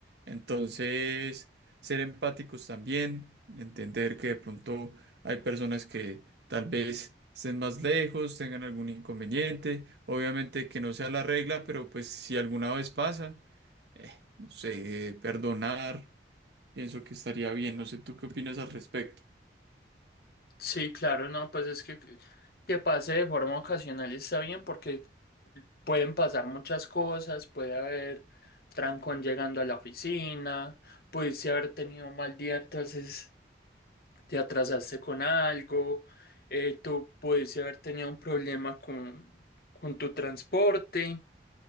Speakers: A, on the right; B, on the left.
A: Entonces, ser empáticos también, entender que de pronto hay personas que tal vez estén más lejos, tengan algún inconveniente, obviamente que no sea la regla, pero pues si alguna vez pasa, eh, no sé, perdonar, pienso que estaría bien, no sé, ¿tú qué opinas al respecto?
B: Sí, claro, no, pues es que que pase de forma ocasional está bien, porque pueden pasar muchas cosas, puede haber trancón llegando a la oficina, pudiste haber tenido un mal día, entonces. te atrasaste con algo, eh, tú pudiste haber tenido un problema con, con tu transporte.